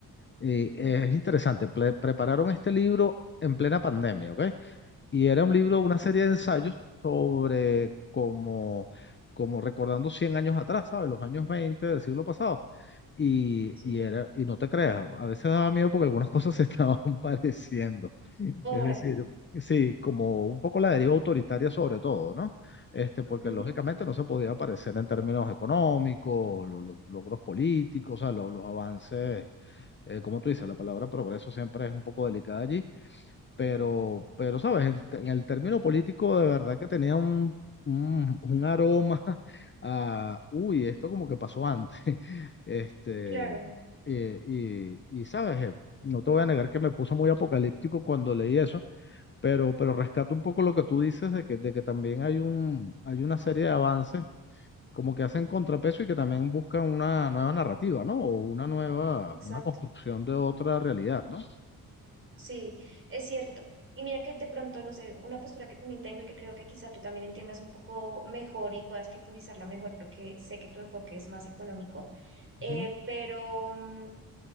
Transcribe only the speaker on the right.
Sí,
sí.
Ahora,
ujú,
claro,
exacto.
Sí, es cierto. Y mira que de pronto, no sé, una postura que también tengo y que creo que quizá tú también entiendas un poco mejor y puedas profundizarla mejor porque sé que tu enfoque es más económico Eh,
pero mm,